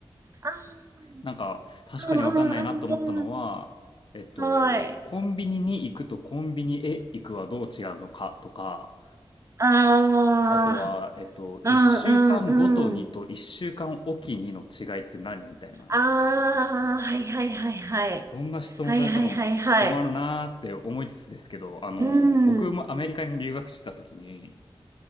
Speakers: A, on the right; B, on the left.
A: ああ、
B: なんか、確かにわかんないなと思ったのは、
A: うんうんうんうん。
B: えっと、
A: はい。
B: コンビニに行くとコンビニへ行くはどう違うのかとか、
A: あ
B: あとは、えっと、
A: あ、う
B: 一週間ごとにと一週間おきにの違いって何みたいな。
A: んうんうん。ああ、はいはいはいはい。
B: そんな質問されても困るなーって思いつつですけど、
A: はいはいはいはい。
B: あの、
A: うん、
B: 僕もアメリカに留学してた時に、
A: うん、